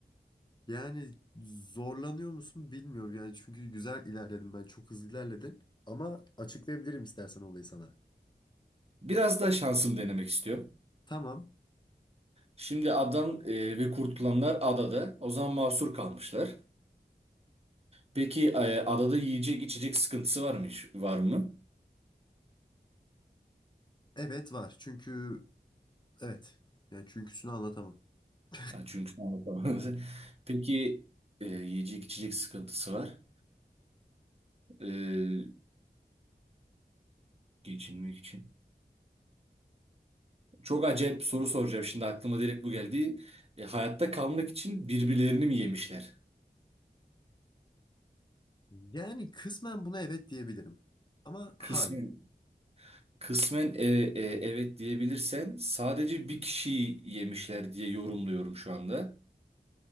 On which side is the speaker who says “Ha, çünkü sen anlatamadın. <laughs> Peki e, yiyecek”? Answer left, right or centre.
Right